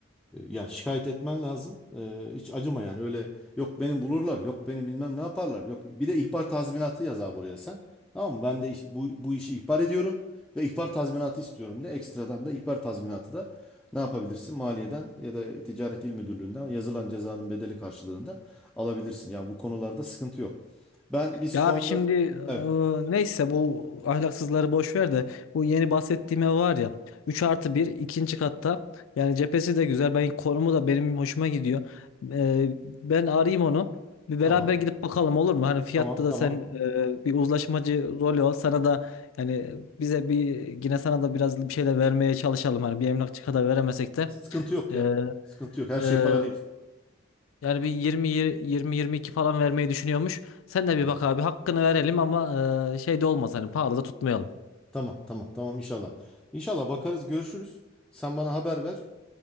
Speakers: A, in the centre; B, on the left.
A: E, Ya şikayet etmen lazım. E, hiç acıma yani. Öyle yok beni bulurlar, yok beni bilmem ne yaparlar. Yok bir de ihbar tazminatı yaz abi buraya sen. Tamam mı? Ben de iş- bu, bu işi ihbar ediyorum ve ihbar tazminatı istiyorum de ekstradan da ihbar tazminatı da ne yapabilirsin? Maliyeden ya da Ticaret İl Müdürlüğü'nden yazılan cezanın bedeli karşılığında alabilirsin. Yani bu konularda sıkıntı yok. Ben biz
B: Ya
A: şu
B: abi
A: anda
B: şimdi
A: evet
B: e, neyse bu ahlaksızları boş ver de bu yeni bahsettiğim ev var ya üç artı bir ikinci katta yani cephesi de güzel ben konumu da benim hoşuma gidiyor. E, ben arayayım onu bir beraber
A: tamam
B: gidip bakalım olur mu? Hani fiyatta
A: tamam
B: da
A: tamam.
B: sen e, bir uzlaşmacı rolü ol sana da yani bize bir yine sana da biraz bir şeyler vermeye çalışalım hani bir emlakçı kadar veremesek de.
A: Sıkıntı yok
B: E,
A: ya. Sıkıntı yok. Her şey
B: e,
A: para değil.
B: yani bir 20 20-22 falan vermeyi düşünüyormuş. Sen de bir
A: Hmm.
B: bak abi hakkını verelim ama e, şey de olmaz hani pahalı da tutmayalım.
A: Tamam tamam tamam inşallah. İnşallah bakarız görüşürüz. Sen bana haber ver.